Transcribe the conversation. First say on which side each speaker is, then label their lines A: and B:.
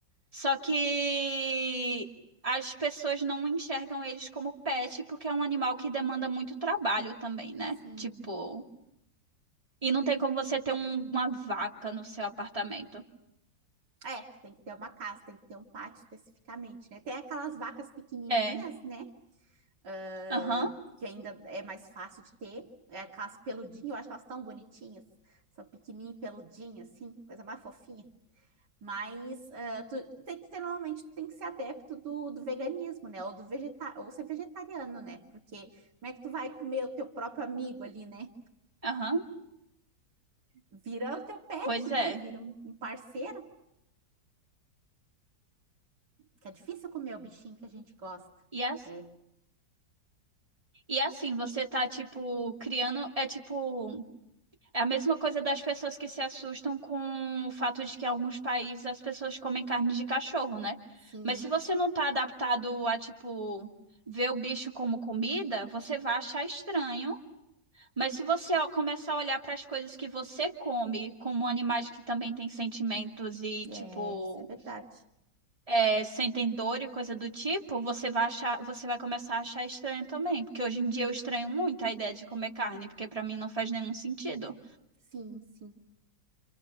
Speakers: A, on the right; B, on the right.
A: Só que as pessoas não enxergam eles como pet porque é um animal que demanda muito trabalho também, né?
B: sim.
A: Tipo, e não tem como você ter um- uma vaca no seu apartamento.
B: É, que tem que ter uma casa, tem que ter um pátio especificamente, né? Tem aquelas vacas pequenininhas,
A: É,
B: né? Ah,
A: aham,
B: que ainda é mais fácil de ter. É aquelas peludinhas, eu acho elas tão bonitinhas. São pequenininhas, e peludinhas, assim, coisa mais fofinha. Mas ah, tu tem que ser, normalmente, tu tem que ser adepto do, do veganismo, né? Ou do vegeta ou ser vegetariano, né? Porque como é que tu vai comer o teu próprio amigo ali, né?
A: aham,
B: Vira o teu pet,
A: pois
B: né?
A: é.
B: Vira um, um parceiro, que é difícil comer o bichinho que a gente gosta.
A: E, as,
B: É.
A: e assim, você tá, tipo, criando. É tipo. É a mesma coisa das pessoas que se assustam com o fato de que em alguns países as pessoas comem carne de cachorro, né?
B: Sim,
A: Mas se você não tá adaptado a, tipo, ver o bicho como comida, você vai achar estranho. Mas se você ó, começar a olhar para as coisas que você come como animais que também têm sentimentos e,
B: é,
A: tipo,
B: isso é verdade.
A: é, sentem dor e coisa do tipo, você vai achar, você vai começar a achar estranho também. Porque hoje em dia eu estranho muito a ideia de comer carne, porque para mim não faz nenhum sentido.
B: Sim, sim,